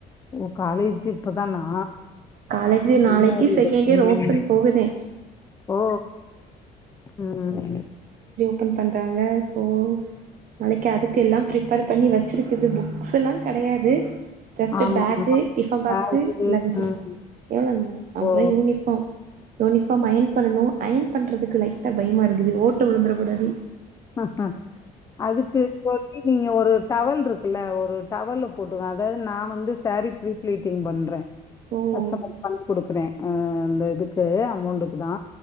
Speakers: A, on the left (about 20°); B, on the right (about 55°).
A: ஓ காலேஜ் இப்பதானா
B: காலேஜ் நாளைக்கு
A: ரீமேரிடு.
B: செகண்ட் இயர்
A: ம்.
B: ஓபன் போகுதே
A: ஓ உம்
B: ஓப்பன் பண்றாங்க ஓ நாளைக்கு அதுக்கு எல்லா பிரப்பர் பண்ணி வச்சிருக்குது புக்ஸ் எல்லாங் கெடயாது ஜஸ்ட்டு
A: ஆமாமா.
B: பேக்கு டிஃபன் பாக்ஸு
A: பேகு
B: லஞ்சு
A: ம்.
B: எவ்வளவுந்தான் அப்றோ
A: ஓ!
B: யூனிஃபாம் யூனிஃபாம் அயன் பண்ணணு அயன் பண்றதுக்கு லைட் பயமாக இருக்குது ஓட்ட விழுந்தரக்கூடாது
A: அஹ அதுக்கு தோழி நீங்க ஒரு டவல் இருக்குல்ல ஒரு டவல போட்டுக்க அதாவது நா வந்து சேரீ ப்ரீ ஃபிளீட்டிங் பண்றே
B: ஓ
A: கஷ்டமர்க்கு பண்ணி குடுக்குறே அ இந்த இதுக்கு அமௌண்ட்டுக்கு தா